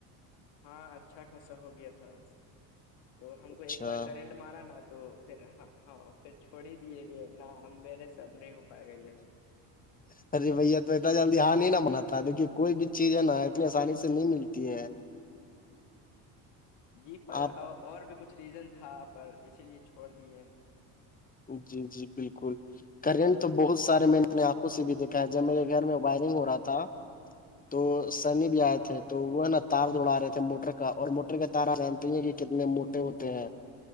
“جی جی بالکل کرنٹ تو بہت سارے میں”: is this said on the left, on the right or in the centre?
Left